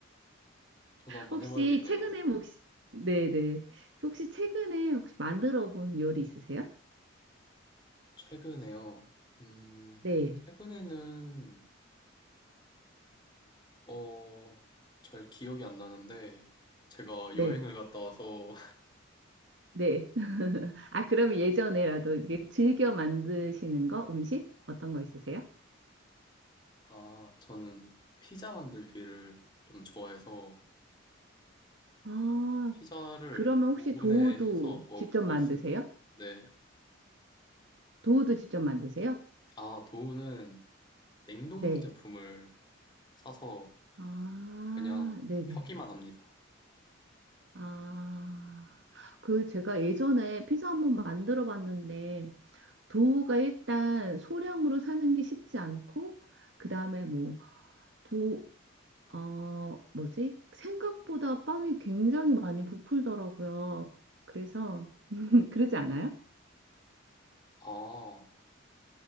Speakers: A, on the left; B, on the right.
A: 저도 한번
B: 혹시
A: 해봐야겠네요.
B: 최근에 뭐 혹시, 네네. 혹시 최근에 혹시 만들어 본 요리 있으세요?
A: 최근에요. 음,
B: 네,
A: 최근에는, 어, 잘 기억이 안 나는데, 제가
B: 네.
A: 여행을 갔다 와서
B: 네. <laughs> 아, 그러면 예전에라도 이게 즐겨 만드시는 거, 음식? 어떤 거 있으세요?
A: 아, 저는 피자 만들기를 좀 좋아해서
B: 아,
A: 피자를
B: 그러면 혹시
A: 오븐에
B: 도우도
A: 해서 먹고
B: 직접 만드세요?
A: 있습니다. 네.
B: 도우도 직접 만드세요?
A: 아, 도우는 냉동
B: 네.
A: 제품을 사서
B: 아,
A: 그냥
B: 네네네.
A: 펴기만 합니다.
B: 아, 그 제가 예전에 피자 한번 만들어 봤는데, 도우가 일단 소량으로 사는 게 쉽지 않고, 그 다음에 뭐, 도, 어, 뭐지? 생각보다 빵이 굉장히 많이 부풀더라고요. 그래서, <laughs> 그러지 않아요?
A: 아,